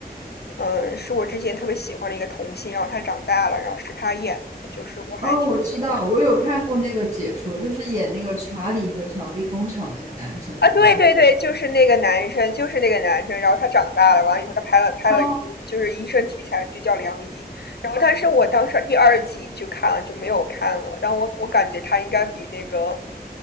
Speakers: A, on the left; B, on the right.
A: 嗯，是我之前特别喜欢的一个童星，然后他长大了，然后是他演的，就是我还挺喜欢。
B: 哦，我知道，我有看过那个解说，就是演那个查理和巧克力工厂那个男生，
A: 啊，
B: 对吗？
A: 对对对，就是那个男生，就是那个男生。然后他长大了，完了以后他拍了拍了一部就是医生题材的剧叫《良医》，
B: 哦，
A: 然后但是我当时第二季就看了，就没有看了。但我我感觉他应该比那个，